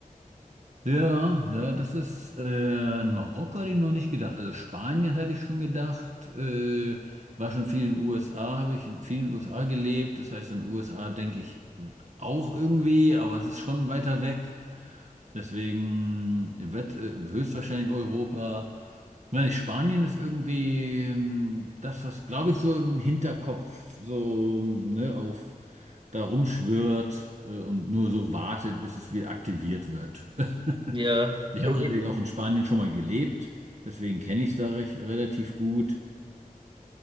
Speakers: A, on the right; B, on the right.
A: Ja, ja, das ist äh, an Marokko hatte ich noch nicht gedacht. Also Spanien hatte ich schon gedacht. Äh, war schon viel in den USA, habe ich in vielen USA gelebt. Das heißt, in den USA denke ich auch irgendwie, aber es ist schon weiter weg. Deswegen wird äh, höchstwahrscheinlich Europa. Ich Meine, Spanien ist irgendwie ähm, das, was, glaube ich, so im Hinterkopf so ne, auf da rumschwirrt äh, und nur so wartet, bis es wieder aktiviert wird. <laughs>
B: Ja,
A: Ich
B: ich-
A: habe natürlich
B: ich-
A: auch in Spanien schon mal gelebt, deswegen kenne ich es da recht, relativ gut.